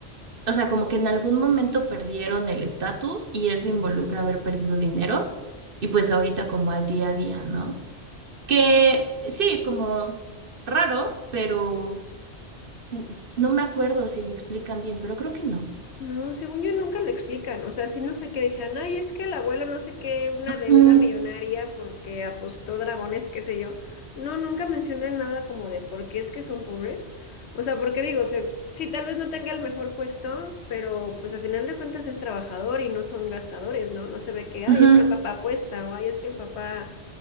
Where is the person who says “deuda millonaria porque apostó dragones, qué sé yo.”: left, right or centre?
Left